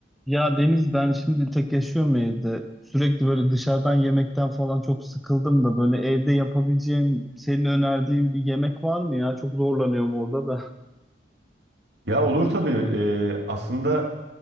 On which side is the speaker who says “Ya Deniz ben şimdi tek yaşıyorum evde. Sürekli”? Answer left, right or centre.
Centre